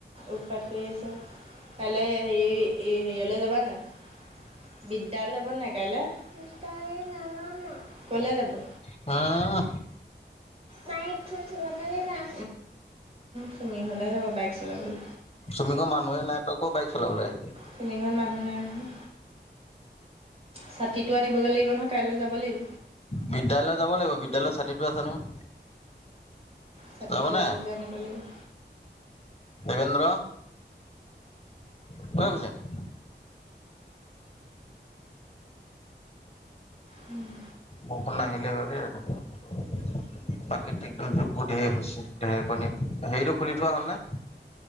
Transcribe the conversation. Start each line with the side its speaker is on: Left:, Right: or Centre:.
Right: উৎপাত কৰি আছে, কাইলৈ হেৰি হেৰিলৈ যাবানে নাই? বিদ্যালয় যাব নাই কাইলৈ, বিদ্যালয় নাযাও মই।
Left: <unintelligible>
Right: বাইক খন চলাব যাম চুমীঘলে যাব বাইক চলাবলৈ।
Left: চুমি ঘৰত মানুহে নাই, তই ক'ত বাইক চলাবলৈ আহিবি।
Right: চুমি ঘৰত মানুহ নাই নহয়। ছাতিটো আনিবগৈ লাগিব নহয় কাইলৈ যাব লাগিব।
Left: বিদ্যালয় যাব লাগিব বিদ্যালয় ছাতিটো আছে নহয়।
Right: ছাতিটো
Left: যাবনে
Right: আছে যে আনিব লাগিব।
Left: দেবেন্দ্ৰ। <unintelligible>
Right: উমঁ।
Left: বৰষুণ নাহিলেই হয় দে ৰাতিপুৱা। প্ৰাকৃতিক দুৰ্যোগ বোৰ ঢেৰ হৈছে, ঢেৰে কণী, হেৰিটো খুলি থোৱা হ'ল নে?